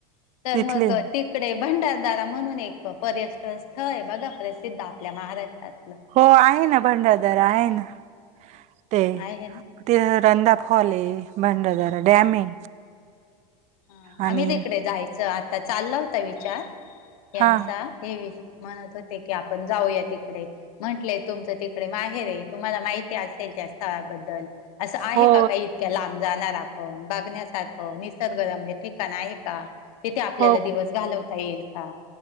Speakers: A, on the left; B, on the right.
A: तर
B: तिथले
A: मग ती तिकडे भंडारदारा म्हणून एक पर्यटन स्थळ आहे बघा प्रसिद्ध आपल्या महाराष्ट्रातलं.
B: हो आहे ना भंडारदारा आहे ना ते.
A: आहे ना.
B: ते रंधा फॉल आहे भंडारदारा डॅम आहे.
A: हा
B: आणि
A: आम्ही तिकडे जायचं आता चालला होता विचार यांचा
B: हा
A: हे विच म्हणत होते की आपण जाऊया तिकडे म्हंटलेय तुमचं तिकडे माहे हेर तुम्हाला माहिती असेल त्या स्थळाबद्दल असं आहे
B: हो
A: का काही इतक्या लांब? जाणार आपण बगण्यासारखं निसर्गरम्य ठिकाण आहे का? तिथे आपल्याला
B: हो
A: दिवस घालवता येईल का?